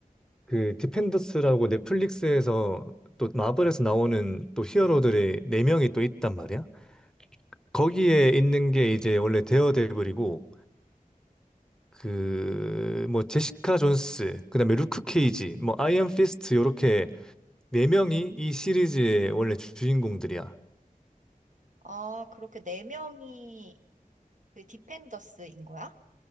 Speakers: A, in the centre; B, on the right.
A: 그 디펜더스라고 넷플릭스에서 또 마블에서 나오는 또 히어로들이 네명이또 있단 말이야. 거기에 있는 게 이제 원래 데어데블이고, 그 뭐 제시카 존스, 그다음에 루크 케이지, 뭐 아이언 피스트 요렇게 네 명이 이 시리즈의 원래 주인공들이야.
B: 아, 그렇게 네 명이 그 디펜더스인 거야?